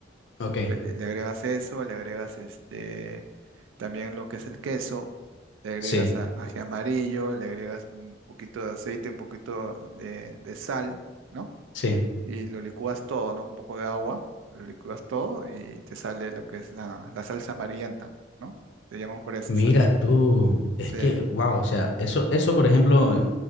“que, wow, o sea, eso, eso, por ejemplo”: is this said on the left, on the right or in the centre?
Left